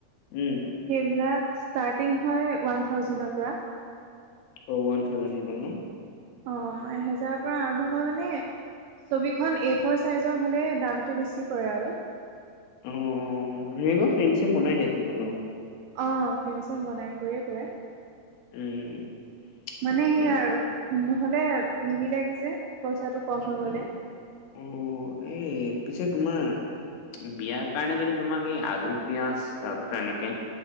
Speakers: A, on the left; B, on the right.
A: উম,
B: সেইবিলাক ষ্টাৰ্টিং হয় ওৱান থাউজেণ্ডৰপৰা।
A: অ' ওৱান থাউেণ্ডৰপৰা ন'?
B: অ' এহেজাৰৰপৰা আৰম্ভ হয় মানে ছবি এখন এফ'ৰ ছাইজৰ হ'লে দামটো বেছি পৰে আৰু।
A: অ' ধুনীয়াকৈ ফ্ৰেম চেম বনাই দিয়া ছাগৈ ন'?
B: অ' ফেম চেম বনাই কৰিয়ে কৰে।
A: উম।
B: মানে
A: আচ্ছা
B: সেই আৰু নহ'লে নিবিলেগেযে পইচাটো কম হৈ
A: অ'।
B: গ'লে।
A: অ' এই পিছে তোমাৰ বিয়াৰ কাৰণে যদি তোমাক এই আলু, পিয়াজ তাৰপিছত এনেকে